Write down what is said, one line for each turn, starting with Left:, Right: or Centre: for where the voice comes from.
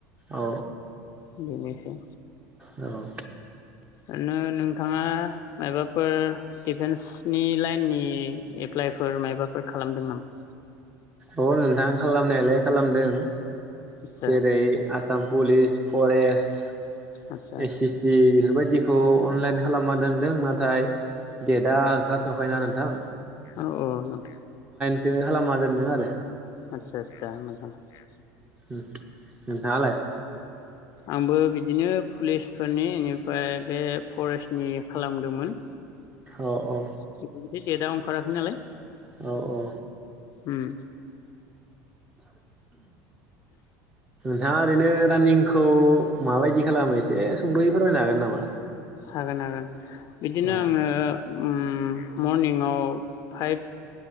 Right: औ
Left: बेनोसै।
Right: औ
Left: ओरैनो नोंथाङा मायबाफोर डिफेन्सनि लाइननि एप्लाइफोर मायबाफोर खालामदों नामा?
Right: अ नोंथां खालामनायालाय खालामदों।
Left: आदसा
Right: जेरै आस साम पुलिस फरेस्ट
Left: आदसा
Right: एस सि सि बेफोरबायदिखौ अनलाइन खालामना दोनदों। नाथाय डेटआ ओंखारथ'आखैना नोंथां।
Left: अ अ नोंथां।
Right: <unintelligible> खालामना दोनदों आरो
Left: आतसा आतसा मोन अह
Right: उम नोंथाङालाय?
Left: आंबो बिदिनो पुलिसफोरनि इनिफाय बे फरेस्टनि खालामदोमोन।
Right: अ अ।
Left: <unintelligible> जेदाव ओंखाराखै नालाय
Right: औ औ
Left: उम।
Right: थाङा ओरैनो रानिंखौ माबायदि खालामो एसे सुंदयै फोरमायनो हागोन नामा?
Left: हागोन हागोन। बिदिनो
Right: औ
Left: आङो उम मरनिंआव फाइभ